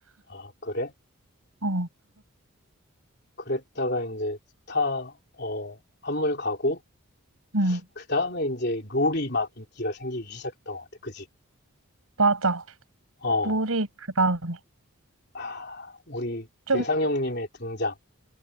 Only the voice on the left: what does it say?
아, 그래?
그랬다가 이제 스타 어 한물 가고.
그 다음에 이제 롤이 막 인기가 생기기 시작했던 것 같아. 그지?
어.
아, 우리
대상 형님의 등장.